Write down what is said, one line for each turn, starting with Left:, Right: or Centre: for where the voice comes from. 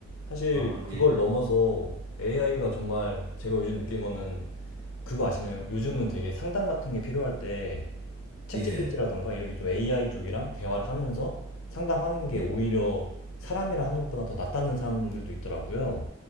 Left: 사실
Right: 어,
Left: 그걸
Right: 예,
Left: 넘어서 AI가 정말 제가 요즘 느낀 거는 그거 아시나요? 요즘은 되게 상담 같은 게 필요할 때 챗GPT라던가
Right: 예,
Left: 이렇게 좀 AI 쪽이랑 대화를 하면서 상담하는 게
Right: 예,
Left: 오히려 사람이랑 하는 것보다 더 낫다는 사람들도 있더라고요.